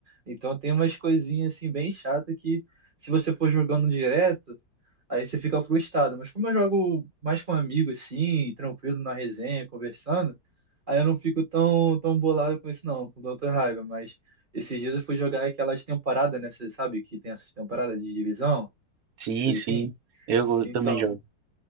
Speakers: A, on the right; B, on the right.
A: Então tem umas coisinhas assim bem chata que se você for jogando direto, aí você fica frustrado. Mas como eu jogo mais com amigo assim, tranquilo na resenha, conversando, aí eu não fico tão tão bolado com isso não, com tanta raiva, mas esses dias eu fui jogar aquelas temporadas, né, você sabe que tem essas temporadas de divisão,
B: Sim,
A: coisa
B: sim.
A: assim.
B: Eu
A: Então,
B: também jogo.